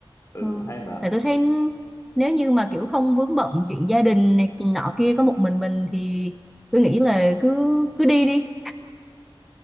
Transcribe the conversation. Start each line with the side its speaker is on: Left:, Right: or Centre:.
Left: ừ,
Centre: ừ.
Left: cũng hay mà
Centre: Tại tôi thấy nếu như mà kiểu không vướng bận chuyện gia đình này chuyện nọ kia có một mình mình thì tôi nghĩ là cứ cứ đi đi